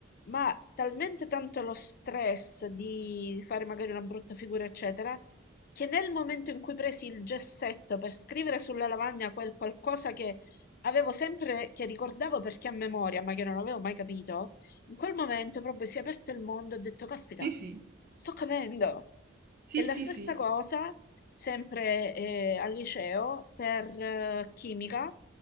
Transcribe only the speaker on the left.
ma talmente tanto lo stress di fare magari una brutta figura, eccetera, che nel momento in cui presi il gessetto per scrivere sulla lavagna quel qualcosa che avevo sempre che ricordavo perché a memoria, ma che non avevo mai capito, in quel momento proprio si è aperto il mondo, e ho detto, caspita,
sto capendo.
E la
stessa
cosa, sempre eh, al liceo, per eh, chimica,